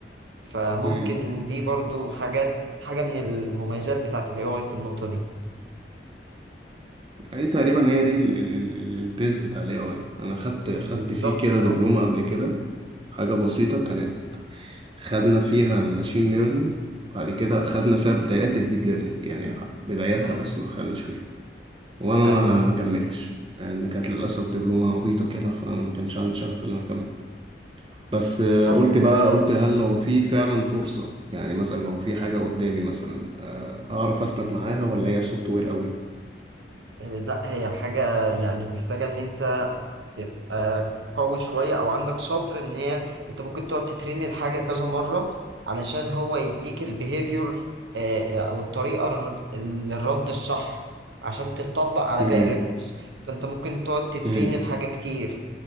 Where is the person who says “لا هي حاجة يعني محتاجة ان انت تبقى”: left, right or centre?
Right